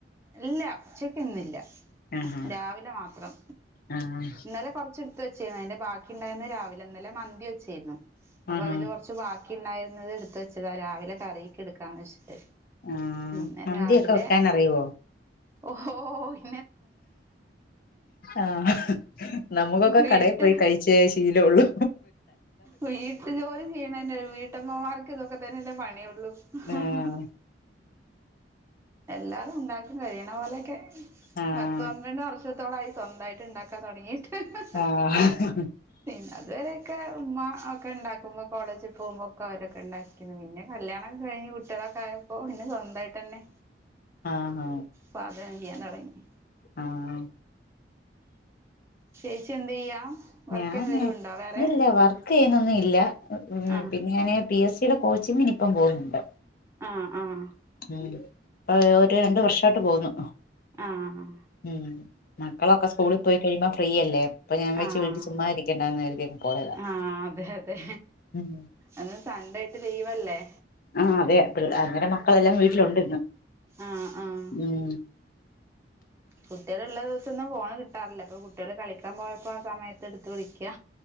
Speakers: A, on the right; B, on the left.
A: ഇല്ല ഉച്ചക്ക് ഇന്നില്ല
B: ആഹാ
A: രാവിലെ മാത്രം
B: ആഹ്
A: ഇന്നലെ കൊറച് തുവെച്ചീന്നു അയ്‌ന്റെ ബാക്കി ണ്ടായിന്ന് രാവിലെന്നലെ മന്തിവച്ചായിരുന്നു അപ്പൊ
B: ആഹാ
A: അതില് കൊർ ച്ചു ബാക്കിയ്ണ്ടായിരുന്നത് എടുത്തെച്ചതാ രാവിലെ കറീക്കെടുക്കാന്നെച്ചിട്ട്
B: ആഹ്
A: പിന്നെ
B: മന്തിയൊക്കെ
A: രാവിലെ
B: വെക്കാനറിയുവോ?
A: ഒഹോയ്
B: ആഹ് നമുക്കൊക്കെ
A: വീട്ട്
B: കടെ പോയി കഴിച്ചേ ശീലവൊള്ളൂ
A: വീട്ടു ജോലി ചെയ്യണേൻ്റ വീട്ടമ്മമാർക്ക് ഇതൊക്കെ തന്നെല്ലെ പണിയൊള്ളു ഹഹഹഹ
B: ആഹ്
A: എല്ലാതും ഉണ്ടാ <unintelligible> കഴിയണ പോലെയെക്കെ
B: ആഹ്
A: പത്ത് പന്ത്രണ്ട് വർഷത്തോളായി സ്വന്തായിട്ട് ഇണ്ടാക്കാൻ തൊടങ്ങിട്ട്ഹ് ഹ്
B: ആഹ്
A: പിന്നതുവരെക്കെ ഉമ്മ ഒക്കെണ്ടാക്കുമ്പോ കോളേജി പോമ്പോക്കെ അവരൊക്കെ ഇണ്ടാക്ക ക്കിന് പിന്നെ കല്യാണക്കെ കഴിഞ്ഞ് കുട്ട്യളൊക്കെ ആയപ്പോ പിന്നെ സ്വന്തായിട്ടന്നെ
B: ആഹ് ആഹ്
A: പാചകം ചെയ്യാൻ തൊടങ്ങി
B: ആഹ്
A: ചേച്ചി എന്ത് ചെയ്യാ വർക്ക്
B: ഞാന്
A: എന്തേലും ഉണ്ടോ വേറെ
B: ഇല്ല വർക്കെയ്യ്ണൊന്നും ഇല്ല
A: ആഹ്
B: പിന്നെ ഞാന് പി എസീടെ കോച്ചിങ്ങിന് ഇപ്പം പോകുന്നുണ്ട്
A: ആഹ് ആഹ്
B: ഉം പ്പ ഒര് രണ്ട് വർഷായിട്ട് പോന്ന്
A: ആഹ് ആഹ്
B: ഉം മക്കളൊക്കെ സ്കൂളി പോയി കഴിയുമ്പം ഫ്രീയല്ലേ അപ്പൊ ഞാൻ വെച്ച്
A: ആഹ്
B: വീട്ടി ചുമ്മാ ഇരിക്കണ്ടാന്ന് കരുതിയങ്ങ് പോയതാ
A: ആഹ് അതെ അതെ
B: ഉം
A: ഇന്ന് സൺഡേയിട്ട് ലീവല്ലേ
B: ആഹ് അതെ പിള്ള അന്നേരം മക്കളെല്ലാം വീട്ടിലുണ്ടിന്ന്
A: ആഹ് ആഹ്
B: ഉം
A: കുട്ട്യള് ള്ള ദിവസൊന്നും ഫോണ് കിട്ടാറില്ല പ്പൊ കുട്ടികള് കളിക്കാൻ പോയപ്പോ ആ സമയ ത്തെടുത്ത് വിളിക്ക്യ